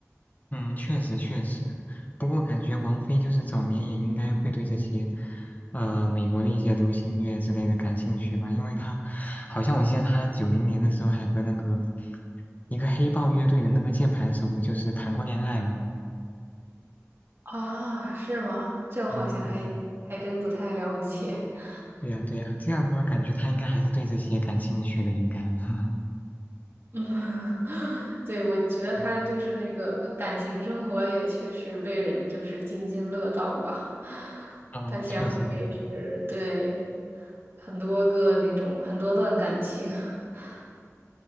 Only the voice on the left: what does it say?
嗯，确实确实，不过感觉王菲就是早年也应该会对这些，呃，美国的一些流行乐之类的感兴趣吧，因为她好像我记得她九零年的时候还和那个一个黑豹乐队的那个键盘手就是谈过恋爱嘛。
嗯，对呀，
对呀，对呀，这样的话感觉她应该还是对这些感兴趣的，应该。<laughs>
嗯，
呃确实，